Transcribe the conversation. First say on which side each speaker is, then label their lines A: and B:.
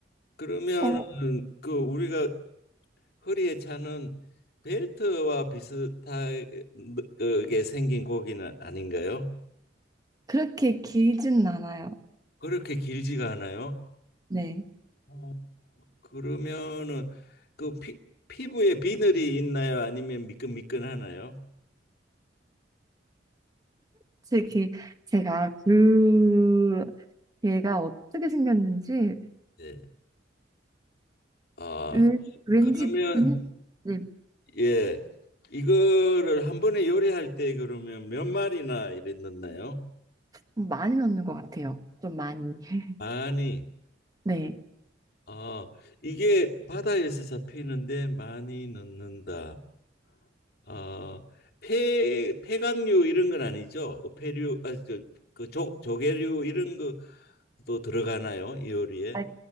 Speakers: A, on the left; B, on the right.
A: 그러면은
B: 어,
A: 그 우리가 허리에 차는 벨트와 비슷하게 생긴 고기는 아닌가요?
B: 그렇게 길진 않아요.
A: 그렇게 길지가 않아요?
B: 네.
A: 어, 그러면은 그 피, 피부에 비늘이 있나요? 아니면 미끈미끈하나요?
B: 솔직히 제가 그 얘가 어떻게 생겼는지
A: 예. 아,
B: 왠- 왠지
A: 그러면
B: 비누- 네,
A: 예. 이거를 한 번에 요리할 때 그러면 몇 마리나 이래 넣나요?
B: 많이 넣는 것 같아요. 좀 많이. <laughs>
A: 많이.
B: 네.
A: 아, 이게 바다에서 잡히는데 많이 넣는다. 아, 폐 폐각류 이런 건 아니죠? 폐류 아, 저, 그 조, 조개류 이런 것도 들어가나요? 이 요리에?
B: 아,